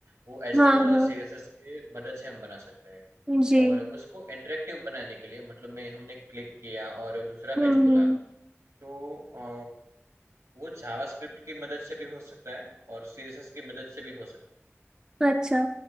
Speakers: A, on the right; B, on the right.
A: वो एचटीएमएल
B: हाँ हाँ
A: और सीएसएस की मदद से हम बना सकते हैं।
B: जी
A: और उसको इंटरैक्टिव बनाने के लिए मतलब मैं हमने क्लिक किया और दूसरा
B: हम्म
A: पेज खुला,
B: हम्म
A: तो अ, वो जावास्क्रिप्ट की मदद से भी हो सकता है और सीएसएस की मदद से भी हो सकता है।
B: अच्छा